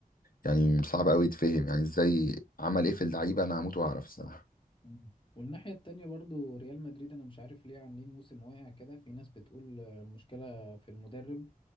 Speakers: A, on the left (about 65°); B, on the left (about 35°).
A: يعني صعب قوي يتفهم يعني ازاي عمل ايه في اللعيبة انا هموت واعرف الصراحة
B: مم. والناحية التانية برضو ريال مدريد أنا مش عارف ليه عاملين موسم واقع كده في ناس بتقول آه، مشكلة في المدرب